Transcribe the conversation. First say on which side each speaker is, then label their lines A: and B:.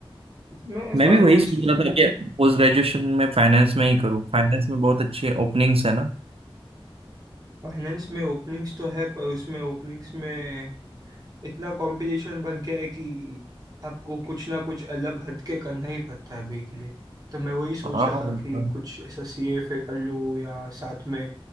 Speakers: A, on the right; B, on the right.
A: इसमें
B: मैं
A: फाइनेंस
B: भी वही सोच रहा था कि पोस्ट ग्रेजुएशन में फाइनेंस में ही करूँ फाइनेंस में बहुत अच्छे ओपनिंग्स है ना
A: फाइनेंस में ओपनिंग्स तो है पर उसमें ओपनिंग्स में इतना कंपटीशन बढ़ गया है कि आपको कुछ ना कुछ अलग हट के करना ही पड़ता है अभी के लिए तो मैं वही सोच
B: हाँ
A: रहा था
B: वो तो
A: कि कुछ ऐसा सी एफ ए कर लूँ या साथ में